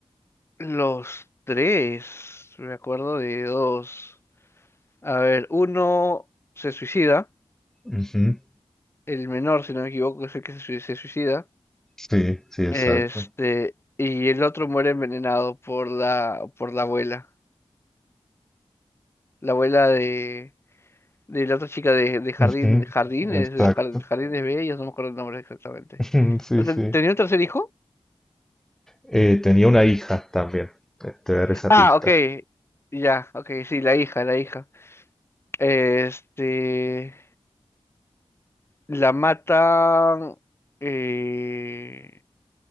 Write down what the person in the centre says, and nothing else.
mueren? Ujú,
Sí, sí, exacto.
Ujú,
Exacto.
<laughs> Sí,
sí.
Eh, tenía una hija también. Te te daré esa
pista.